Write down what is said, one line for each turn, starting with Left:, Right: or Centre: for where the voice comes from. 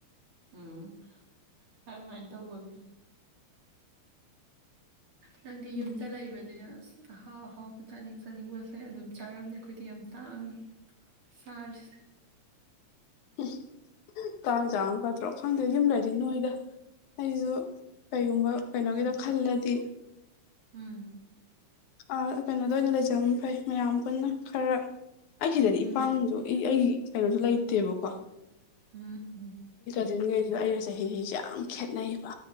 Right: ꯎꯝ ꯑꯗꯨꯃꯥꯏꯅ ꯇꯧꯕꯒꯦ ꯅꯪꯗꯤ ꯌꯨꯝꯗ
Left: ꯎꯝ
Right: ꯂꯩꯕꯅꯤꯅ ꯑꯁ ꯑꯍꯥꯎ ꯑꯍꯥꯎꯕ ꯆꯥꯅꯤꯡ ꯆꯥꯅꯤꯡꯕꯁꯦ ꯑꯗꯨꯝ ꯆꯥꯔꯝꯃꯦ ꯑꯩꯈꯣꯏꯗꯤ ꯌꯥꯝ ꯇꯥꯡꯅ ꯁꯥꯥꯖ
Left: ꯎ ꯇꯥꯡ ꯆꯥꯝꯃ ꯐꯠꯇ꯭ꯔꯣ ꯈꯪꯗꯦ ꯌꯨꯝꯗꯗꯤ ꯅꯣꯏꯗ ꯑꯩꯁꯨ ꯀꯩꯒꯨꯝꯕ ꯀꯩꯅꯣꯒꯤꯗꯣ
Right: ꯎꯝ
Left: ꯈꯜꯂꯗꯤ
Right: ꯎꯝ
Left: ꯑ ꯀꯩꯅꯣꯗ ꯑꯣꯏꯅ ꯂꯩꯖꯝ ꯐꯩ ꯃꯌꯥꯝ ꯄꯨꯟꯅ ꯈꯔ ꯑꯩ ꯁꯤꯗꯗꯤ
Right: ꯎꯝ
Left: ꯏꯄꯥꯥꯡꯁꯨ ꯑꯩ ꯑꯩ ꯀꯩꯅꯣꯁꯨ ꯂꯩꯇꯦꯕꯀꯣ
Right: ꯎꯝ ꯎꯝ
Left: ꯍꯧꯖꯤꯟꯈꯩꯁꯤꯗ ꯑꯩꯒ ꯆꯍꯤꯁꯤꯁꯦ ꯌꯥꯝ ꯈꯦꯠꯅꯩꯌꯦꯕ